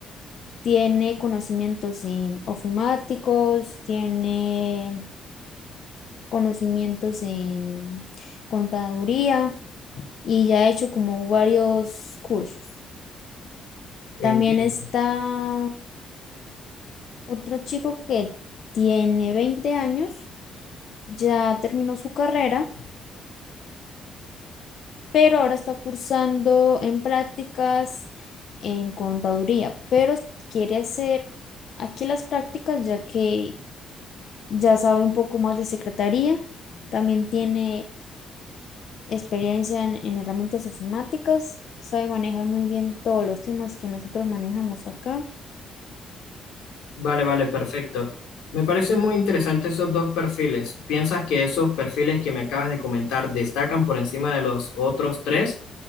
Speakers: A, on the left; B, on the left.
A: tiene conocimientos en ofimáticos, tiene conocimientos en contaduría y ya ha hecho como varios cursos.
B: Entiendo.
A: También está otro chico que tiene 20 años, ya terminó su carrera pero ahora está cursando en prácticas en contaduría, pero quiere hacer aquí las prácticas ya que ya sabe un poco más de secretaría, también tiene experiencia en, en herramientas informáticas, sabe manejar muy bien todos los temas que nosotros manejamos acá.
B: Vale, vale, perfecto. Me parecen muy interesantes esos dos perfiles. ¿Piensas que esos perfiles que me acabas de comentar destacan por encima de los otros tres?